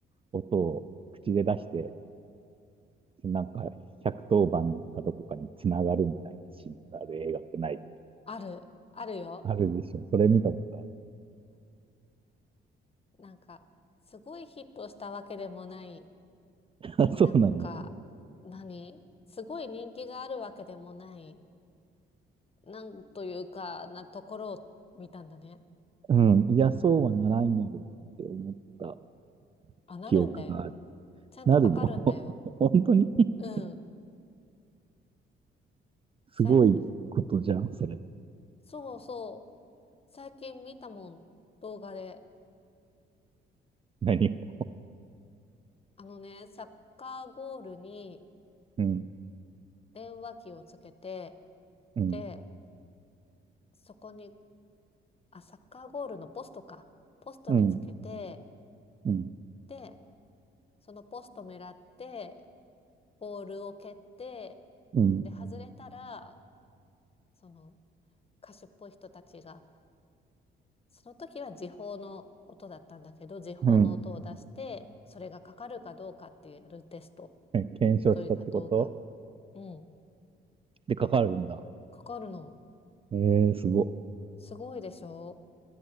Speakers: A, on the right; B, on the left.
A: 音を口で出して、なんか百1 0番かどこかにつながるみたいなシーンがある映画ってない。
B: ある、あるよ。
A: あるでしょ。それ見たことあ
B: なんか、すごいヒットしたわけでもない。
A: る。<laughs> あ、
B: なんか、
A: そうなんだ。
B: 何すごい人気があるわけでもない。なんというか、なところを見たんだね。
A: うん。いや、そうはならんやろうって思った
B: あ、なるんだよ。
A: 記憶がある。
B: ちゃんとかかるんだよ。
A: なるの <laughs> 本当に <laughs>
B: うん。
A: すごいことじゃん、
B: 最近、
A: それ。
B: そうそう。最近見たもん。動画で。
A: 何を。
B: あのね、サッカーゴールに
A: うん、
B: 電話機をつけて、
A: うん、
B: で、そこにあ、サッカーゴールのポストか。ポストにつけて、
A: うん、うん、
B: で、そのポスト狙って、ボールを蹴って、
A: うん、
B: で、外れたら、その歌手っぽい人たちが、その時は時報の音だったんだけど、時報の音を出して、
A: うん。
B: それがかかるかどうかっていうやるテスト
A: 検証したってこと
B: というか動画。うん、
A: でかかるんだ。
B: かかるの。
A: えー、すご。
B: すごいでしょ